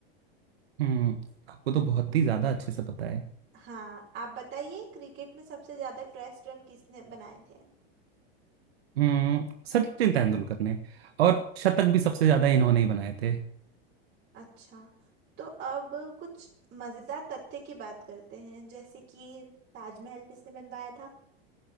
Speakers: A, on the right; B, on the right.
A: हम्म आपको तो बहुत ही ज्यादा अच्छे से पता है
B: हाँ आप बताइए क्रिकेट में सबसे ज्यादा टेस्ट रन किसने बनाए थे
A: हम्म सचिन तेंदुलकर ने और शतक भी सबसे ज्यादा इन्होंने ही बनाए थे
B: अच्छा तो अब कुछ मजेदार तथ्य की बात करते हैं जैसे कि ताजमहल किसने बनवाया था